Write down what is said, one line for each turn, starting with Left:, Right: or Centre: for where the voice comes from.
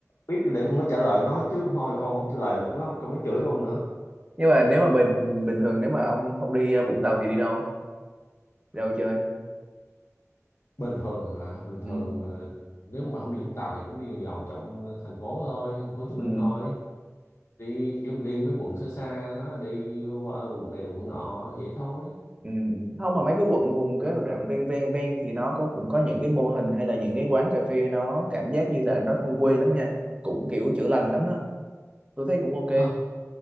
Left: biết để con nó trả lời nó chứ không thôi con không trả lời được nó con nó chửi con nữa
Right: nhưng mà nếu mà bình bình thường nếu mà ông không đi ờ, Vũng Tàu thì đi đâu đi đâu chơi
Left: bình thường à, bình
Right: ừ.
Left: thường à, nếu mà không đi chúng ta thì cũng đi vòng vòng trong ờ, thành phố thôi thành phố Hồ Chí Minh
Right: Ừ.
Left: thôi đi kiểu đi mấy quận xa xa đó đi qua quận này quận nọ vậy thôi
Right: Ừ. không mà mấy cái quận vùng cái đoạn ven ven ven thì nó có cũng có những cái mô hình hay là những cái quán cà phê nó cảm giác như là nó thôn quê lắm nha cũng kiểu chữa lành lắm đó tôi thấy cũng ok
Left: Ờ,